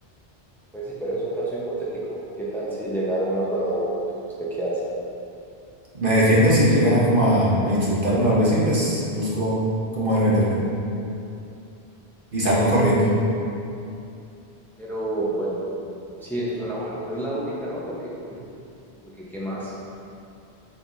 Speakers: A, in the centre; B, on the right.
A: Pues sí, pero es un caso hipotético. ¿Qué tal si llegan unos vagabundos? ¿Usted qué hace?
B: Me defiendo si llegan a como a, a insultarme o algo así, pues busco cómo defenderme y salgo corriendo.
A: Pero bueno, sí, eso es una buena, es la única, ¿no? Porque, porque ¿qué más?